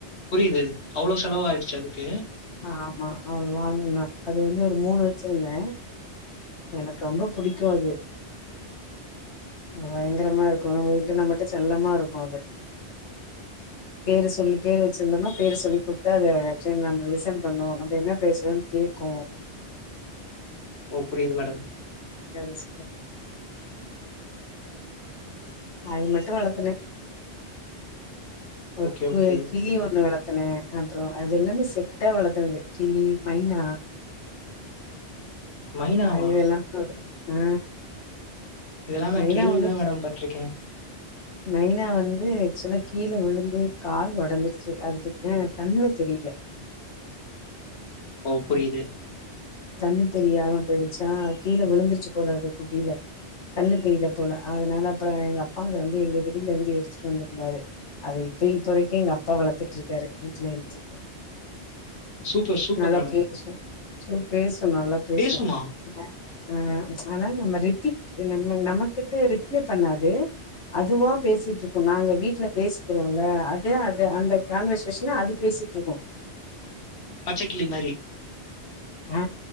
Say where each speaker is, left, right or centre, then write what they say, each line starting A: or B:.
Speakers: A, on the left; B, on the left.
A: புரியுது. அவ்ளோ செலவாயிடுச்சு அதுக்கு.
B: ஆ ஆமா அவ வாங்கன அது வந்து ஒரு மூணு வச்சிருந்தே எனக்கு ரொம்ப பிடிக்கு அது பயங்கரமா இருக்கு நம்ம வீட்டு நம்மட்ட செல்லமா இருக்கு அது பேரு சொல்லி பேரு வச்சிருந்தோ பேரு சொல்லி கூப்பிட்டு அது நம்ம லிசன் பண்ணு நம்ம என்ன பேசுரோம்னு கேட் கு
A: ஓ புரியுது மேடம்
B: <unintelligible> அது மட்டு வளத்தன ஓ
A: ஓகே,
B: க்
A: ஓகே.
B: கிளி ஒண்ணு வளர் த்துன அப்புறம் அது எல்லாமே செட்டா வளர்த்தது கிளி மைனா
A: மைனாவா?
B: ஆ இதுல்லாமே ஆ
A: இதெல்லாம் நான்
B: மைனா
A: கேள்வி
B: ஒண்ணு
A: தான் மேடம் பட்டுருக்கேன்.
B: மைனா வந்து ஆக்சுவலா கீழ விழு ந்து கால் உடஞ்ருச்சு அதுக்கு கண்ணு தெரியல
A: ஓ புரியுது
B: கண்ணு தெரியாம போயிடுச்சா கீழே விழுந்துருச்சு போலாது குட்டில கண்ணு தெரியத போல அதனால அப்புறம் எங்க அப்பா அதை வந்து எங்க வெளியில இருந்து எடுத்துட்டு வந்திருந்தாரு அத இப்ப இப்பரைக்கும் எங்க அப்பா வளத்துட்டு இருக்காரு வீட்ல இருக்கு
A: சூப்பர் சூப்பர்
B: நல்லா
A: மேடம்
B: பேசு சோ பேசும் நல்லா பேசும்
A: பேசுமா?
B: ஆ ஆனா நம்ம ரிபீட் நம்ம நம்ம கிட்ட ரிப்ளை பண்ணாது அதுவா பேசிட்ருக்கும் நாங்க வீட்ல பேசி றோம்ல அதே அது அந்த கான்வர்சேஷன அது பேசிட்ருக்கு
A: பச்சைக்கிளி மாறி
B: ஆ